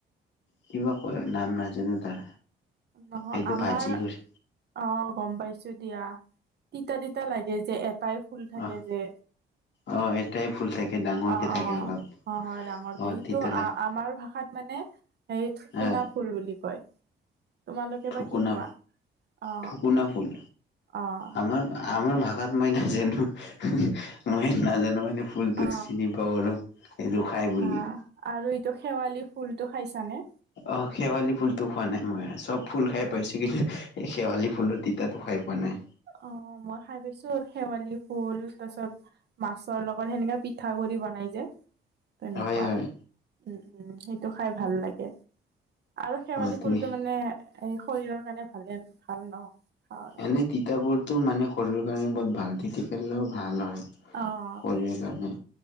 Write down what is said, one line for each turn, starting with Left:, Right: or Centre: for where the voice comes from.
Left: কিবা কয়, নাম নাজানো তাৰ।
Right: নহয়
Left: এইটো
Right: আমাৰ
Left: ভাজি কৰি
Right: অ' গম পাইছোঁ দিয়া, তিতা তিতা লাগে যে, এটাই ফুল থাকে
Left: অহ
Right: যে।
Left: অহ এটাই ফুল থাকে ডাঙৰকে
Right: অ',
Left: থাকে
Right: অ',
Left: অলপ
Right: অ' হয় ডাঙৰকে,
Left: অহ
Right: সেইটো
Left: তিতা লাগে
Right: আ-আমাৰ ভাষাত মানে হেই ঠুকুনা
Left: আহ
Right: ফুল বুলি কয়। তোমালোকে
Left: ঠুকুনা,
Right: বা কি কোৱা অ
Left: ঠুকুনা ফুল?
Right: অ'।
Left: আমাৰ আমাৰ ভাষাত মই নাজানো, মই নাজানো মানে ফুলটোত
Right: অ
Left: চিনি পাওঁ আৰু সেইটো খাই বুলি।
Right: হা আৰু এইটো শেৱালি ফুলটো খাইছানে?
Left: অ' শেৱালি ফুলটো খোৱা নাই, মই চব ফুল খাই পাইছোঁ কিন্তু এই শেৱালি ফুলৰ তিতাটো খাই পোৱা নাই।
Right: অ' মই খাই পাইছোঁ আৰু শেৱালি ফুল তাৰপিছত মাছৰ লগত সেনেকাে পিঠা গুৰি বনাই যে তেনেকুৱা
Left: হয় হয়
Right: উম, উম, সেইটো খাই ভাল লাগে। আৰু শেৱালি
Left: অ তুমি
Right: ফুলটো মানে এই শৰীৰৰ কাৰণে ভালে ভাল ন'? খাব লাগে
Left: এনে তিতাবোৰতো মানে শৰীৰৰ কাৰণে বহুত ভাল, তিতি খালেও ভাল হয়।
Right: অ'।
Left: মানে সেইকাৰণে।